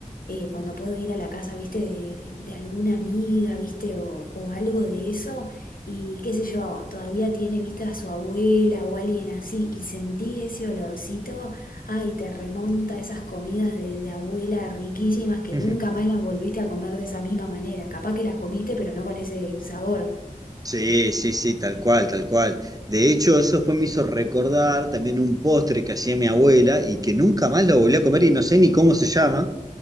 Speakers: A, on the left (about 80°); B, on the right (about 25°).
A: eh, cuando puedo ir a la casa, viste, de, de alguna amiga, viste, o, o algo de eso, y qué sé yo, todavía tiene, viste, a su abuela o alguien así, y sentí ese olorcito, ay, te remonta a esas comidas de, de abuela riquísimas que
B: <laughs>
A: nunca más las volviste a comer de esa misma manera. Capaz que las comiste, pero no con ese sabor.
B: Sí, sí, sí, tal cual, tal cual. De hecho, eso después me hizo recordar también un postre que hacía mi abuela y que nunca más lo volví a comer y no sé ni cómo se llama.